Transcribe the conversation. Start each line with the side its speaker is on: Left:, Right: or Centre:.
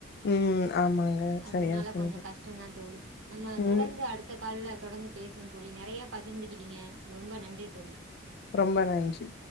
Left: ம் ஆமாங்க
Right: அதனால
Left: சரியா சொன்னீங்க
Right: கொஞ்சோ கஷ்ட தா தோழி நம்ம
Left: ம்
Right: தொடர்ந்து அடுத்த கால்ல தொடர்ந்து பேசுவோ தோழி நறையா பகிர்ந்துகிட்டீங்க ரொம்ப நன்றி தோழி
Left: ரொம்ப நன்றி